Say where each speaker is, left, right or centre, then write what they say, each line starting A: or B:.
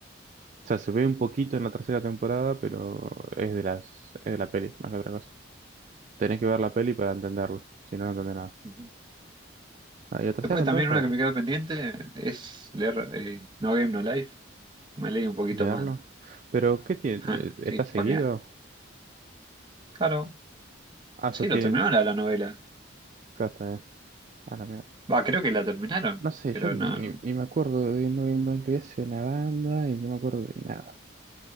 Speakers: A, on the right (about 40°); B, on the right (about 25°).
A: O sea, se ve un poquito en la tercera temporada, pero es de las, es de la peli, más que otra cosa. Tenés que ver la peli para entenderlo, si no, no entendés nada.
B: Ujú.
A: Ah, y la tercera
B: Después
A: temporada
B: también
A: está
B: una
A: buena.
B: que me quedó pendiente es leer eh, No Game No Life. Me leí un poquito
A: Leerlo.
B: más
A: Pero, ¿qué tiene?
B: Ja,
A: Eh, ¿Está
B: Y
A: seguido?
B: para claro,
A: Ah, eso
B: sí, lo
A: tiene.
B: terminaron la, la novela.
A: Claro, está bien. Ah, la mierda.
B: Va, creo que la terminaron,
A: No sé,
B: pero
A: yo ni,
B: no,
A: ni, ni me acuerdo de no, no lo hice una banda y no me acuerdo de nada.